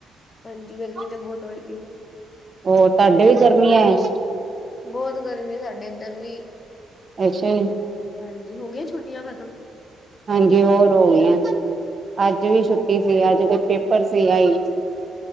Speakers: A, on the left (about 35°); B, on the right (about 35°).
A: ਹਾਂਜੀ ਗਰਮੀ
B: <inaudible>
A: ਤੇ ਬਹੁਤ ਹੋਈ ਦੀ
B: ਹੋਰ ਤੁਹਾਡੇ ਵੀ ਗਰਮੀਆਂ ਐ?
A: ਬਹੁਤ ਗਰਮੀ ਐ, ਸਾਡੇ ਇੱਧਰ ਵੀ
B: ਅੱਛਾ ਜੀ।
A: ਹਾਂਜੀ, ਹੋ ਗੀਆਂ ਛੁੱਟੀਆਂ ਖਤਮ?
B: ਹਾਂਜੀ, ਹੋਰ ਹੋਗੀਆਂ ਅੱਜ ਵੀ ਛੁੱਟੀ ਸੀ। ਅੱਜ ਕੋਈ ਪੇਪਰ ਸੀਗਾ ਜੀ।